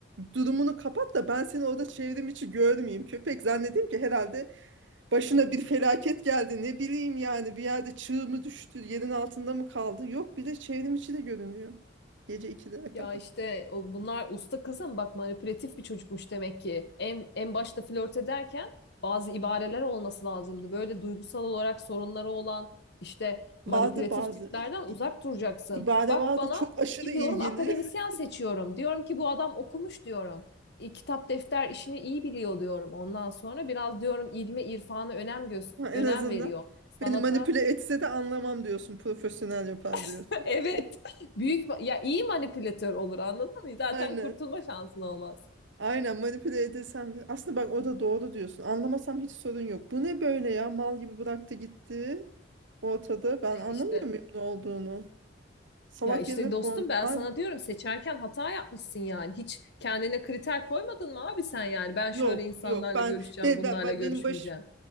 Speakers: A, on the right (about 70°); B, on the left (about 60°).
A: Durumunu kapat da ben seni orada çevrim içi görmeyeyim. Köpek zannedeyim ki herhalde Başına bir felaket geldi ne bileyim yani bir yerde çığ mı düştü yerin altında mı kaldı yok bir de çevrim içi de görünüyor gece 2'lere
B: Ya
A: kadar.
B: işte o, bunlar usta kızım bak manipülatif bir çocukmuş demek ki. En, en başta flört ederken bazı ibareler olması lazımdı. Böyle duygusal olarak sorunları olan işte manipülatif
A: Vardı bazı
B: tiplerden
A: i-
B: uzak
A: i-
B: duracaksın.
A: ibare
B: Bak
A: vardı
B: bana
A: çok aşırı
B: gidiyorum
A: ilgili
B: akademisyen
A: <laughs>
B: seçiyorum. Diyorum ki bu adam okumuş diyorum. E, kitap defter işini iyi biliyor diyorum. Ondan sonra biraz diyorum ilme irfana önem göz
A: Ha,
B: önem
A: en azından
B: veriyor. Sanata
A: beni manipüle etse de anlamam diyorsun profesyonel yapar diyorsun.
B: <laughs> evet büyük ma- ya iyi manipülatör olur anladın mı? Zaten
A: Aynen
B: kurtulma şansın olmaz.
A: aynen manipüle edesem de aslında bak o da doğru diyorsun anlamasam hiç sorun yok bu ne böyle ya mal gibi bıraktı gitti ortada ben anlamıyor
B: İşte
A: muyum ne olduğunu salak
B: ya işte
A: yerine
B: dostum
A: kondu
B: ben
A: Bari
B: sana diyorum seçerken hata yapmışsın yani. Hiç kendine kriter koymadın mı abi sen yani? Ben
A: Yok
B: şöyle insanlarla
A: yok ben
B: görüşeceğim,
A: be,
B: bunlarla
A: be- be-
B: görüşmeyeceğim.
A: benim baş